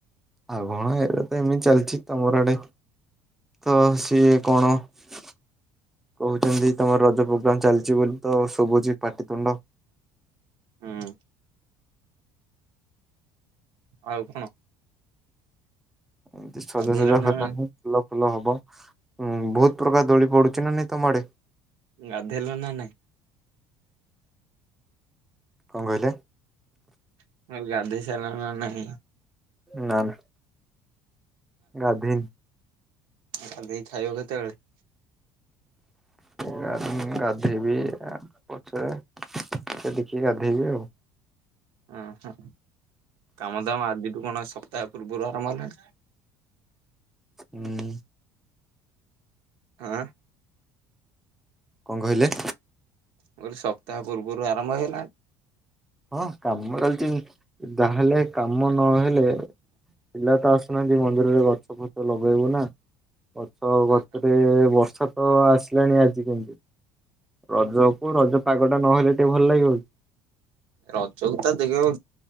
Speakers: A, in the centre; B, on the right.
A: ଆଉ କଣ ଇଆଡେ ତ ଏମିତି ଚାଲିଚି ତମର ଆଡେ? ତ ସିଏ କଣ କହୁଚନ୍ତି ତମର ରଜ ପ୍ରୋଗ୍ରାମ୍ ଚାଲିଚି ବୋଲି। ତ ଶୁଭୁଚି ପାଟିତୁଣ୍ଡ।
B: ହୁଁ। ଆଉ କଣ?
A: ଏମିତି ସଜା
B: ଗାଧେଇଲ
A: ସଜା
B: ନା
A: ହେଲାନି।
B: ନାଇଁ?
A: ଫୁଲ ଫୁଲ ହବ ଉଁ ବହୁତ ପ୍ରକାର ଦୋଳି ପଡୁଚି ନା ନାଇଁ ତମ ଆଡେ?
B: ଗାଧେଇଲ ନା ନାଇଁ?
A: କଣ କହିଲେ?
B: ମୁଁ କହିଲି ଗାଧେଇ ସାଇଲଣି ନା ନାହିଁ?
A: ନା ନା ଗାଧେଇ
B: ଗାଧେଇକି ଖାଇବ କେତେବେଳେ? <inaudible>
A: ଗାଧେଇନି ଗାଧେଇବି ଆଁ ପଛରେ ପଛରେ ଦେଖିକି ଗାଧେଇବି ଆଉ।
B: ଉଁ ହୁଁ କାମ ଦାମ ଆଜିଠୁ କଣ ସପ୍ତାହେ ପୂର୍ବରୁ ଆରମ୍ଭ ହେଲାଣି?
A: ଉଁ।
B: ଆଁ।
A: କଣ କହିଲେ?
B: ମୁଁ କହିଲି ସପ୍ତାହ ପୂର୍ବରୁ ଆରମ୍ଭ ହେଇଗଲାଣି।
A: ହଁ କାମ ଚାଲିଛି ଯାହେଲେ କାମନହେଲେ ପିଲାତ ଆସ ନା ଆଜି ମନ୍ଦିରରେ ଗଛ ଫଛ ଲଗେଇବୁନା ଗଛ
B: ହେଇଗଲାଣି?
A: ଗଛରେ ବର୍ଷା। ତ ଆସିଲାଣି ଆଜି କେମିତି ରଜକୁ ରଜପାଗଟା ନହେଲେ ଟିକିଏ ଭଲଲାଗିବକି?
B: ରଜକୁ ତା ଦେଖିବ